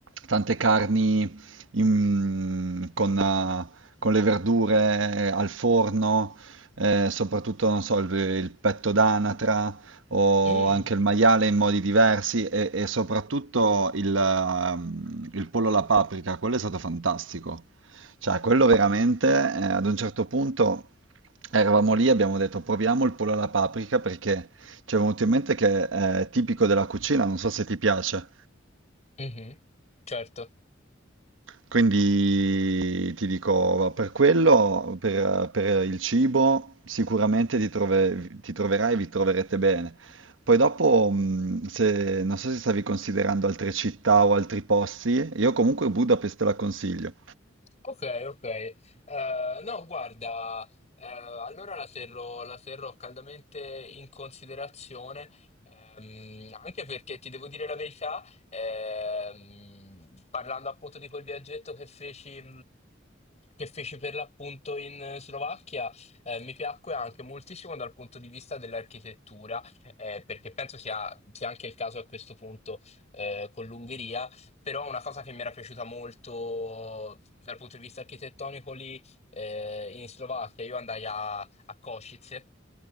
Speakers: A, on the right; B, on the left.
A: tante carni in- con, eh, con le verdure al forno, eh, soprattutto, non so, il, il petto d'anatra o
B: Mm,
A: anche il maiale in modi diversi e, e soprattutto il, ehm, il pollo alla paprika, quello è stato fantastico. Cioè, quello veramente, eh, ad un certo punto eravamo lì e abbiamo detto proviamo il pollo alla paprika perché... Ci è venuto in mente che è tipico della cucina, non so se ti piace.
B: mhm, certo.
A: Quindi ti dico, per quello, per, per il cibo, sicuramente ti trove- ti troverai e vi troverete bene. Poi dopo, mh, se, non so se stavi considerando altre città o altri posti, io comunque Budapest te la consiglio.
B: Ok, ok. Eh, no, guarda, eh, allora la terrò, la terrò caldamente in considerazione, ehm, anche perché ti devo dire la verità, ehm, parlando appunto di quel viaggetto che feci che feci per l'appunto in eh, Slovacchia, eh, mi piacque anche moltissimo dal punto di vista dell'architettura, eh, perché penso sia, sia anche il caso a questo punto eh, con l'Ungheria, però una cosa che mi era piaciuta molto dal punto di vista architettonico lì eh, in Slovacchia, io andai a, a Košice,